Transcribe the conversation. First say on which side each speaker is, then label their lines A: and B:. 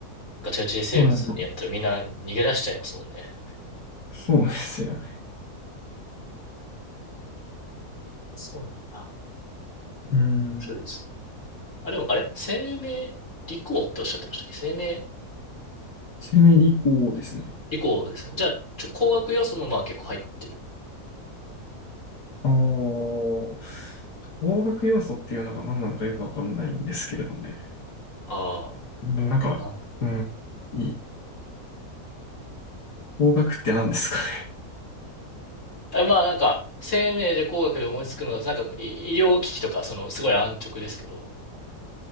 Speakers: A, on the left; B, on the left.
A: ガチガチで生物にやったらみんな逃げ出しちゃいますもんね。
B: はい。そうですよね。
A: そうなんだ。
B: うん。
A: 面白いですね。あ、でも、あれ生命理工っておっしゃってましたっけ生命
B: 生命理工ですね。
A: 理工ですよね。じゃあ、ちょ、工学要素もまあ結構入ってる。
B: ああ、工学要素っていうのが何なのかよくわかんないんですけどね。
A: ああ。
B: うんなんか、
A: な
B: うん。いい。工学って何ですかね。
A: まあなんか、生命で工学で思いつくのだと、なんか医医療機器とか、そのすごい安直ですけど、